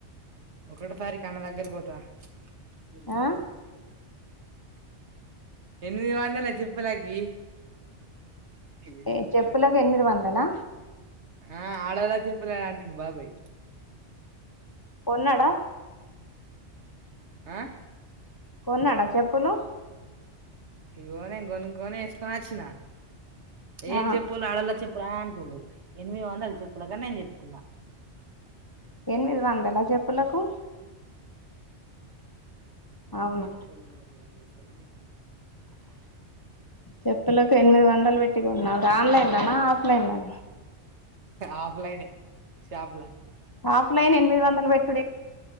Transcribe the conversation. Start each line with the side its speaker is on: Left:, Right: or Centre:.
Right: ఒకటి తారీఖ అన్న దగ్గరకి పోతా చెలే
Left: ఆ
Right: ఎనిమిది వందాల చెప్పలాకి ఏం
Left: ఏ
Right: చెప్పడు
Left: చెప్పులకు ఎనిమిది వందలా
Right: ఆ ఆడలా చెప్పలే అంటును బాబాయ్
Left: కొన్నాడా
Right: ఆ
Left: కొన్నాడా చెప్పులు
Right: ఇగనేం కొనుొనే వేసుకొని వచ్చిన ఏం
Left: ఆ
Right: చెప్పులు ఆడళ చెప్పు ప్ర అంటుడు ఎనిమి వందలు చెప్పలే కానీ నేను చెప్తున్నా
Left: ఎనిమిది వందల చెప్పులకు అవును
Right: పైసలు ఉన్నాు వంద గట్టలే
Left: చెప్పులకు ఎనిమిది వందలు పెట్టి ఉన్నావు ఆన్లైన్ లోనా న
Right: ఆఫ్లైన్ షాప్ లా
Left: ఆఫ్లైన్ ఎనిమిది వందలు పెట్టుడి